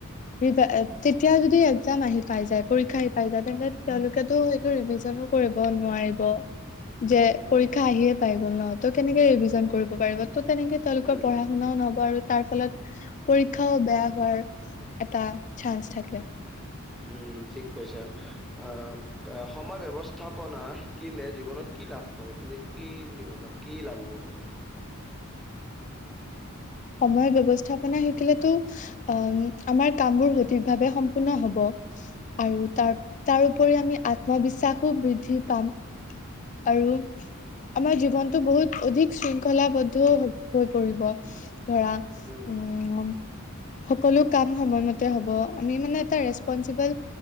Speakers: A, on the left; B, in the centre.
A: <unintelligible> তেতিয়া যদি, এক্মজাম আহি পায় যায়, পৰীক্ষা আহি পায় যায়, তেতিয়া তেওঁলোকৰ তেতিয়াতো
B: উম
A: ৰিভিজনো কৰিব নোৱাৰিব, যে
B: উম উম
A: পৰীক্ষা আহিয়ে পাই গ'ল ন। ত' কেনেকে ৰিভিজন কৰিব পাৰিব,
B: উম।
A: ত' তেনেকে তেওঁলোকৰ
B: উম উম
A: পঢ়া-শুনাও নহ'ব, আৰু তাৰফলত পৰীক্ষাও বেয়া হোৱাৰ এটা চান্স থাকে।
B: উম, ঠিক কৈছা, আ অ', সময় ব্যৱস্থাপনা শিকিলে জীৱনত কি লাভ হয়, তুমি কি বুলি ভাবা, কি লাভ হ'ব পাৰে?
A: সময় ব্যৱস্থাপনা শিকিলেতো অ', আমাৰ কামবোৰ, সঠিক ভাৱে সম্পূৰ্ণ হ'ব। আৰু তাৰ, তাৰ ওপৰি আমি আত্মবিশ্বাসো বৃদ্ধি পাম। আৰু আমাৰ
B: উম
A: জীৱনটো বহুত অধিক- শৃংখলাবদ্ধ হৈ পৰিব, ধৰা
B: উম
A: উমঁ'- সকলো কাম সময়মতে হ'ব, আমি মানে এটা ৰেচপনচিবল-